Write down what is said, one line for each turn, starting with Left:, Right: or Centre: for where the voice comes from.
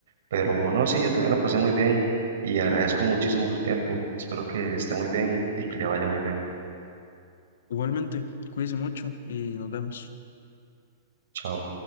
Right: Pero no, sí, yo también la pasé muy bien y agradezco muchísimo su tiempo. Espero que esté muy bien y que le vaya muy bien.
Left: Igualmente, cuídense mucho y nos vemos.
Right: Chao.